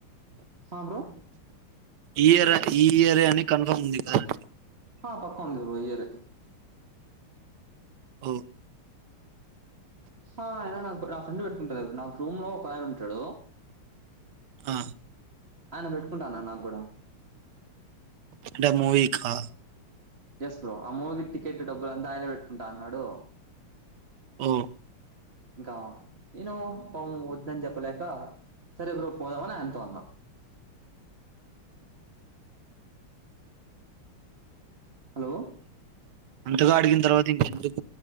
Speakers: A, on the right; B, on the right.
A: హా బ్రో
B: ఈ ఇయర్ ఈ ఇయరే అని కన్ఫర్మ్ ఉంది కదా అండి
A: ఆ పక్కవుంది ఈ ఇయర్ ఎ
B: ఓ
A: హ ఆయన నాకు నా ఫ్రెండ్ పెట్టుకుంటాడు నాకు రూమ్ లో ఒక ఆయ ఉంటాడు
B: ఆ
A: ఆయన పెట్టుకుంటాన్న నాకు కూడా
B: ఎంట మూవీ కా
A: ఎస్ బ్రో ఆ మూవీకి టికెట్ డబ్బులు అంతా ఆయన పెట్టుకుంటా అన్నాడు
B: హ్మ్
A: ఇంకా నేను పాం వద్దని చెప్పలేక సరే బ్రో పోదామని ఆయనతో అన్నాం హలో
B: అంతగా అడిగిన తర్వాత ఇంకెందుకు